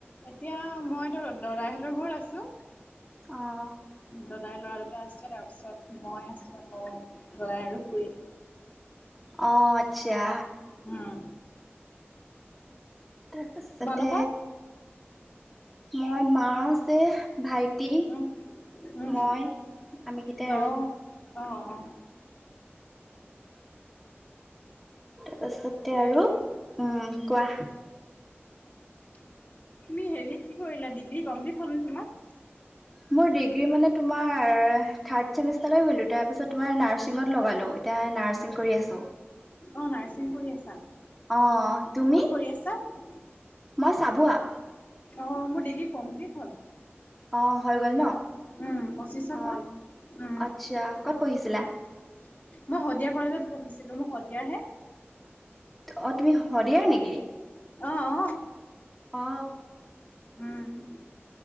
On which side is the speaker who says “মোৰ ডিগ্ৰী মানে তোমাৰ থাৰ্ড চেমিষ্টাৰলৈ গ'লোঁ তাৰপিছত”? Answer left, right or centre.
Centre